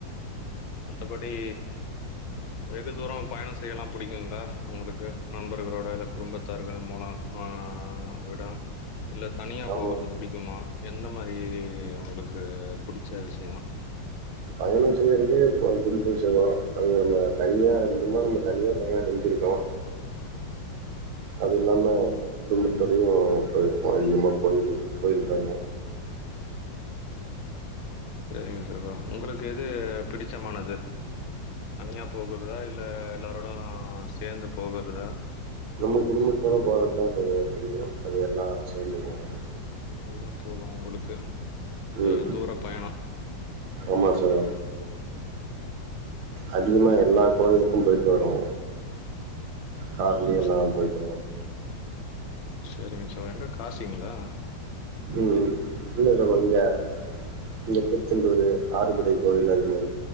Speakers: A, on the left (about 75°); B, on the right (about 80°).
A: மத்தபடி வெகு தூர பயண செய்யலா பிடிக்குங்களா உங்களுக்கு நண்பர்களோட இல்ல குடும்பத்தார்கள் மூல ஆ விடா இல்ல தனியா
B: ஆமா.
A: போகறது புடிக்குமா எந்த மாரி உங்களுக்கு புடிச்ச விஷயோ
B: பயண செய்யறக்கு பிடிக்கு சகோ அது நம்ம தனியா அதிகமாக நம்ம தனியா பயண செஞ்சுருக்கோ அது இல்லா குடும்பத்தோடயு போயிருக்கோ அதிகமா கோயில் கோயில் பயணோ
A: செரிங்க சகோ உங்களுக்கு எது பிடிச்சமானது தனியா போகிறதா இல்ல எல்லாரோட சேந்து போகறதா
B: நம்ம குடும்பத்தோட போறது தா பிடிக்கு அது எல்லா சேர்ந்து போவோ
A: அதுதா போகு உங்களுக்கு அ
B: ம்.
A: தூர பயணோ
B: ஆமா சகோ அதிகமா எல்லா கோயிலுக்கு போயிட்டு வருவோ கார்லே எல்லா
A: சே
B: போயிட்
A: செரிங்க சகோ எங்க காசிங்களா
B: ம் ம் இல்ல சகோ இங்க இங்க திருச்செந்தூரு ஆறுபடை கோயில் அதுமாரி